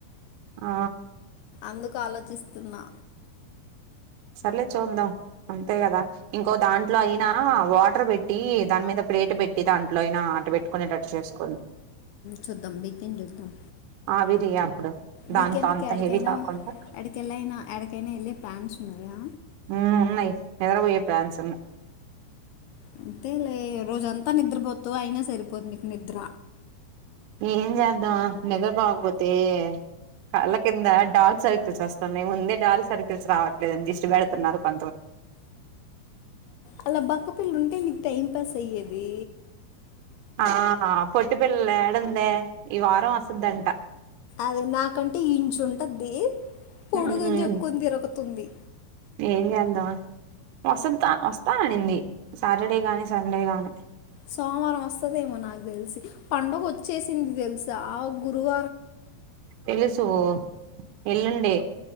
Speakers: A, on the right (about 85°); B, on the left (about 80°).
A: ఆ
B: ఎందుకు ఆలోచిస్తున్నా
A: సర్లే చూద్దాం అంతే కదా ఇంకో దాంట్లో అయినా వాటర్ పెట్టి దాని మీద ప్లేట్ పెట్టి దాంట్లో అయినా అట పెట్టుకునేటట్టు చేస్కో
B: చూద్దాం వీకెండ్ చూద్దాం
A: ఆవిరి అప్పుడు
B: వీకెండ్
A: దాంట్లో అంత
B: కి ఎడికైనా
A: హెవీ కాకుండా
B: ఎడికిళ్ళైనా ఎడికైనా వెళ్ళే ప్లాన్స్ ఉన్నాయా
A: ఉమ్ ఉన్నాయి నిద్రపోయే ఫ్లాన్స్ ఉన్నాయి
B: అంతే లే రోజూ అంతా నిద్రపోతవు అయినా సరిపోది నీకు నిద్ర
A: ఏం చేద్దాం నిద్ర పోగపోతే కళ్ళ కింద డార్క్ సర్కిల్స్ వస్తున్నాయి ముంద డార్క్ సర్కిల్స్ తెలుసు రాట్లేదు దిష్టి పెడుతున్నారు కొ
B: అలా బక్కపిిల్ల ఉంటే నీకు టైం పాస్ అయ్యేది
A: ఆ పొట్టి పిల్ల ందే ఈ వారం వసద్దంట
B: అదే నాకంటే ఇంచు ఉంటుది పొడుగని
A: ఉమ్
B: చెప్పుకొని తిరుకుతుంది
A: ఏం చేద్దామని వసంత వస్తా అనింది సాటర్డే కానీ సండే కానీ
B: సోమవారం వస్తదేమో నాకు తెలిసి పంండగొచ్చేసింది తెలుసా ఆ గురువ
A: తెలుసు ఎల్లుండి